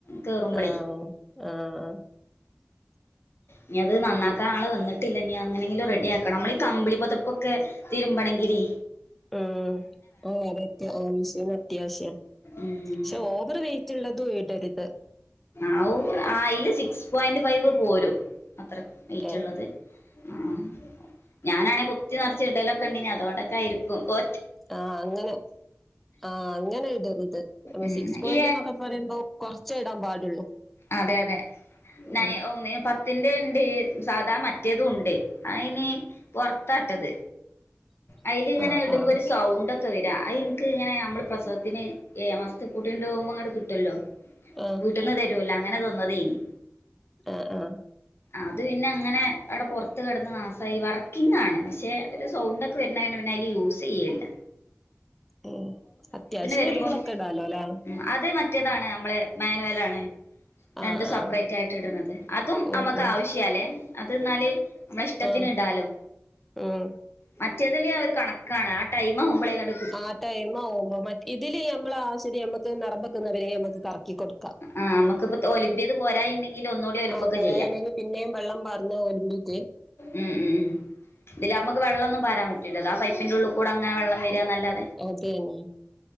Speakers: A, on the left (about 55°); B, in the centre.
A: കേറുമ്പളേ
B: ആഹ് ആഹ് ആഹ് <inaudible>
A: ഇഞ്ഞത് നന്നാക്കാ ആൾ വന്നിട്ടില്ല ഇനിങ്ങനെങ്കിലും റെഡി ആക്കണം നമ്മളെയീ കമ്പിളി പൊതപ്പൊക്കെ തിരുമ്പണെങ്കിലെ
B: ഉം ആഹ് അതെ ആവശ്യ അത്യാവശ്യ
A: ഉം
B: പക്ഷെ ഓവറ് വെയ് റ്റ്ള്ളതും ഇടരുത്
A: ആവു ആയ്ല് സിക്സ് പോയിന്റ് ഫൈവ് പോരും അത്ര വെറ്റ്ള്ളത്
B: ഏഹ്
A: ആഹ് ഞാനാണേ കുത്തി നറച്ച് ഇടലൊക്കെണ്ടെനി അതോണ്ടൊക്കയിരിക്കും കൊ
B: ആഹ് അങ്ങനെ ആഹ് അങ്ങനെ ഇടരുത്
A: ഉം
B: സിക്സ് പോയിന്റ്
A: ഈ
B: എന്നൊക്കെ പറയുമ്പോ കൊറച്ചെ ഇടാൻ പാടുള്ളൂ
A: അതെ അതെ
B: ഉം
A: നയ് ഒഹ് മേം പത്തിന്റെണ്ട് സാധാ മറ്റേതുംണ്ട് അയ്ന് പൊറത്താട്ടത്.
B: <inaudible>
A: അയ്ല്ങ്ങനെ
B: ആഹ്
A: ഇടുമ്പോ
B: ആഹ്
A: ഒരു സൗണ്ട്ക്കെ വരാ അയ്നിക്ക് ങ്ങനെ നമ്മള് പ്രസവത്തിന് ഏയാ മാസത്ത് കൂട്ടി ണ്ടൊവുമ്പോ ങ്ങട്ട് കിട്ടല്ലോ
B: ആഹ്
A: വീട്ട്ന്ന് തരോല അങ്ങനെ തന്നതേനി
B: ആഹ് ആഹ്
A: അത് പിന്നെ അങ്ങനെ അവിടെ പുറത്ത് കിടന്ന് നാശമായി വർക്കിങ് ആണ് പക്ഷെ ഒരു സൗണ്ട്ക്കെ പിന്നെ അതിന് പിന്നെ അതില് യൂസ് ചെയലില്ല
B: ഉം അത്യാവശ്യം
A: വരുമ്പം
B: വരുമ്പോളൊക്കെ ഇടാലോ അല്ലേ ആള്
A: ഉം അത് മറ്റേതാണ് നമ്മള് മാനുവലാ ണ് രണ്ടും
B: ആഹ്
A: സെപ്പറേറ്റ്
B: ആഹ്
A: ആയിട്ട് ഇടണത് അതും
B: ഓഹ്
A: അമ്മക്ക്
B: ഓഹ്
A: ആവശ്യാ ല്ലേ അതെന്നാല് നമ്മടെ ഇഷ്ടത്തിന്
B: ആഹ്
A: ഇടാലോ
B: ഉം
A: മറ്റേതില് ഒരു കണക്കാണ് ആ ടൈം ആവുമ്പോളെങ്ങോണ്ട്
B: ആഹ് ടൈം ആവുമ്പോ മ ഇതില് നമ്മള് ആഹ് ശരിയാ നമ്മക്ക് നിറമ്പെക്കുന്നവരെ നമ്മക്ക് കറക്കി കൊടുക്കാം
A: ആഹ് നമുക്ക് ഇപ്പോ ഒലിമ്പിയത് പോരായിണ്ടെങ്കിൽ ഒന്നൂടി ഒലിമ്പൊക്കെ
B: ആ കൊഴയിലെങ്കി
A: ചെയ്യാം
B: പിന്നെയും വള്ളം പാർന്ന് ഒൽമ്പീറ്റ്
A: ഉം ഉം ഉം ഇതിലമ്മക്ക് വെള്ളൊന്നും പാരാൻ പറ്റൂല്ല ആ പൈപ്പിന്റെള്ളുകൂടെങ്ങനെ വെള്ളം വെരാന്നല്ലാതെ
B: അതെന്നി